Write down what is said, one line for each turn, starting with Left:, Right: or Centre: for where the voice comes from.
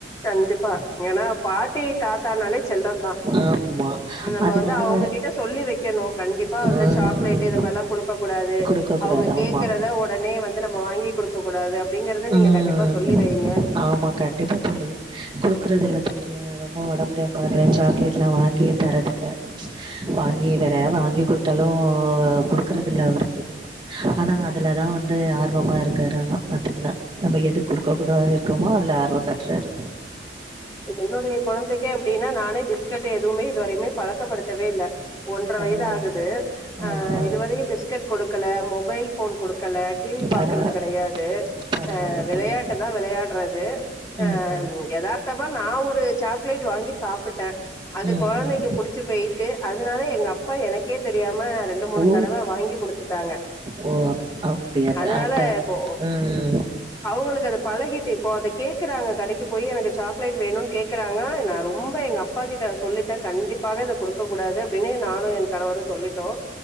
Left: கண்டிப்பா ஏன்னா பாட்டி தாத்தானாலே செல்லம் தான்
Right: ஆமா.
Left: நம்ம
Right: அதனால
Left: வந்து அவங்க கிட்ட சொல்லி வைக்கணும் கண்டிப்பா
Right: ம்
Left: வந்து சாக்லேட் ந்த மாதிரல்லாம் குடுக்க கூடாது
Right: குடுக்கக்கூடாது.
Left: அவங்க கேக்குறத
Right: ஆமா.
Left: உடனே வந்து நம்ம வாங்கி குடுக்க கூடாது அப்படிங்கறத
Right: ம்
Left: நீங்க கண்டிப்பா சொல்லி வைங்க
Right: ஆமா கண்டிப்பா தோழி குடுக்குறது இல்ல தொழி ரொம்ப உடம்புடியம படத்துல சாக்லேட் எல்லாம் வாங்கியே தரதில்ல வாங்கி வெர வாங்கி கொடுத்தாலும் குடுக்குறது இல்ல அவருக்கு ஆனா அதுலதான் வந்து ஆர்வமா இருக்காரு ஆனா பாத்தீங்கன்னா நம்ம எது கொடுக்க குட இருக்கோமோ அதுல ஆர்வம் கட்டுறாரு
Left: என்னுடைய குழந்தைக்கே அப்படின்னா நானே பிஸ்கட் எதுவுமே இதுவரையமே பழக்கப்படுத்தவே இல்ல ஒன்ற
Right: பரவால்ல
Left: வயது ஆகுது
Right: ஆ ஆ
Left: இதுவரையும் பிஸ்கட் கொடுக்கல மொபைல் போன் கொடுக்கல டிவி
Right: பரவா
Left: பாக்கறது கெடையாது
Right: பரவால்ல
Left: விளையாட்டு
Right: தோழி
Left: தான் விளையாடுறது ஆஹ்
Right: ம் ம்
Left: எதா <unintelligible> சாக்லேட் வாங்கி சாப்புட்டேன் அது
Right: ம்
Left: கொழந்தைக்கு
Right: ம்
Left: புடிச்சு போயிட்டு அதனால எங்க அப்பா எனக்கே தெரியாம ரெண்டு மூணு
Right: ஓ
Left: தடவ வாங்கி குடுத்துட்டாங்க
Right: ஓ அப் அப்டியா
Left: அதனால
Right: அப்ப
Left: இப்போ
Right: ம்
Left: அவங்களுக்கு அது பழகிட்டு இப்போ அத கேக்குறாங்க கடைக்கு போய் எனக்கு சா க்லேட் வேணும்னு கேக்குறாங்க நான் ரொம்ப எங்க அப்பா கிட்ட சொல்லிட்டு கண்டிப்பாக இத கொடுக்கக்க கூடாது அப்படின்னு நானும் என்ட கணவரு சொல்லிட்டோம்